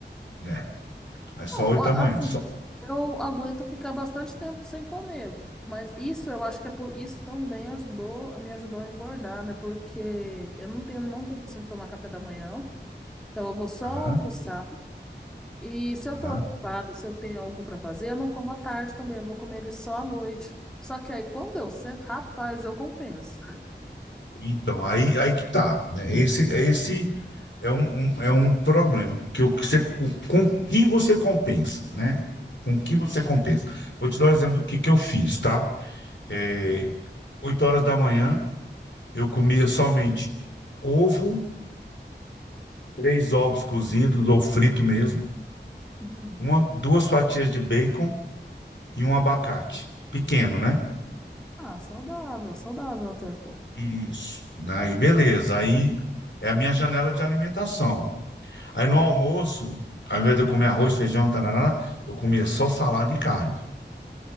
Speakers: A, on the left (about 80°); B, in the centre.
A: né? Aí só
B: Não,
A: 8
B: ó,
A: da manhã,
B: assim,
A: só.
B: eu aguento ficar bastante tempo sem comer, mas isso eu acho que é por isso também ajudou, me ajudou a engordar, né? Porque eu não tenho, não tenho costume de tomar café da manhã, então eu vou só
A: Aham,
B: almoçar. E se eu
A: aham.
B: tô ocupada, se eu tenho algo pra fazer, eu não como à tarde também, eu vou comer ele só à noite. Só que aí quando eu sento, rapaz, eu compenso.
A: Então, aí, aí que tá, né? Esse, esse é um, um- é um problema, que o que você, o, com que você compensa, né? Com que
B: Hum,
A: você compensa. Vou te dar um exemplo do que, que eu fiz, tá? É,
B: hum,
A: 8 horas da manhã, eu comia somente ovo três ovos cozidos ou frito mesmo,
B: hum.
A: uma, duas fatias de bacon e um abacate. Pequeno, né?
B: Ah, saudável, saudável até, pô.
A: Isso. Aí, beleza. Aí é a minha janela de alimentação. Aí no almoço, ao invés de eu comer arroz, feijão, tarará, eu comia só salada e carne.